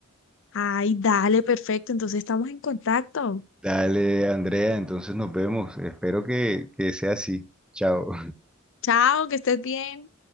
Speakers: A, on the left; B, in the centre.
A: Ay, dale, perfecto. Entonces estamos en contacto.
B: Dale, Andrea, entonces nos vemos. Espero que, que sea así. Chao.
A: Chao, que estés bien.